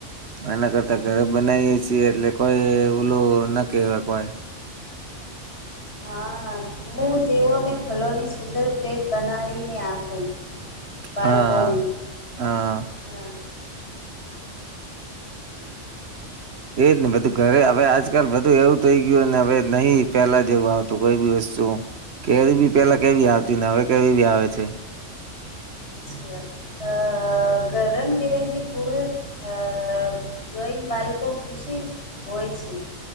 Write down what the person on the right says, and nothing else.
એના કરતા ઘરે બનાઈએ છીએ એટલે કોઈ ઓલું ના કેવાય કોઈ.
હા હા
એજ ને. બધું ઘરે હવે આજકાલ બધું એવું થઈ ગયું ને હવે નહીં પેલા જેવું આવતું કોઈ ભી વસ્તુ. કેરી બી પેલા કેવી આવતી ને હવે કેવી બી આવે છે.